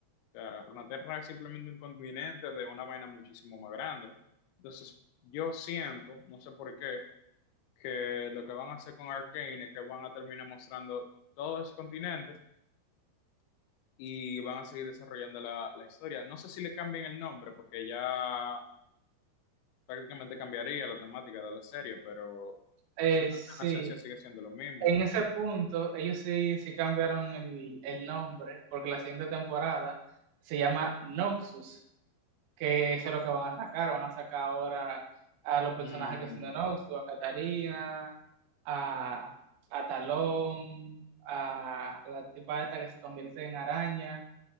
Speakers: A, on the left; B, on the right.
A: sea, Runaterra es simplemente un continente de una vaina muchísimo más grande. Entonces, yo siento, no sé por qué, que lo que van a hacer con Arcane es que van a terminar mostrando todos esos continentes y van a seguir desarrollando la, la historia. No sé si le cambian el nombre, porque ya prácticamente cambiaría la temática de la serie, pero
B: Eh,
A: siento
B: sí,
A: que en esencia sigue siendo lo mismo.
B: en ese punto ellos sí, sí cambiaron el, el nombre porque la siguiente temporada se llama Noxus, que eso es lo que van a sacar, van a sacar ahora a los personajes
A: Mm,
B: que son de Noxus, a Katarina, a, a Talón, a la tipa esta que se convierte en araña.